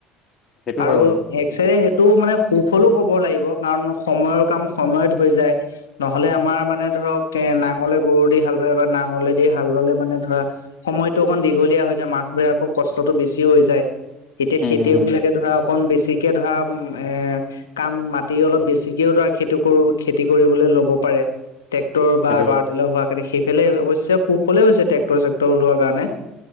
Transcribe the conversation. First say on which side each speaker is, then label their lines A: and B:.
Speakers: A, on the left; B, on the left.
A: সেইটো
B: আৰু
A: হয় বাৰু।
B: এক
A: উম,
B: চাইডে সেইটো মানে খুব সফলো ক'ব লাগিব কাৰণ সময়ৰ কাম সময়ত হৈ যায় নহলে আমাৰ মানে ধৰক কে না নাঙলে গৰু দি হাল বালে বা নাঙলে দি হাল বালে মানে ধৰা সময়তো অকন দীঘলীয়া হৈছে মা বিৰা-কৌ কষ্টতো বেছি হৈ যায় এতিয়া
A: হুম,
B: খেতিয়ক
A: হুম,
B: বিলাকে ধৰা অকন বেছি কে ধৰা এ কাম মাটি অলপ বেছিকেও ধৰা খেতি কৰো, খেতি কৰিবলৈ লব পাৰে। ট্ৰেক্টৰ বা
A: সেইটো
B: পাৱাৰ
A: হয়
B: টিলাৰ হোৱা কাৰণে সেই ফেলে অৱশ্যে সুফলে হৈছে ট্ৰেক্টৰ চেক্টৰ ওলোৱাৰ কাৰণে